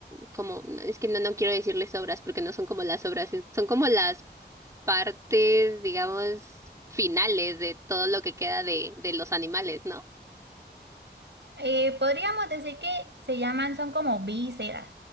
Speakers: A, on the right; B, on the right.
A: como, no, es que no, no quiero decirles obras porque no son como las obras, es- son como las partes, digamos, finales de todo lo que queda de, de los animales, ¿no?
B: Eh, podríamos decir que se llaman, son como vísceras.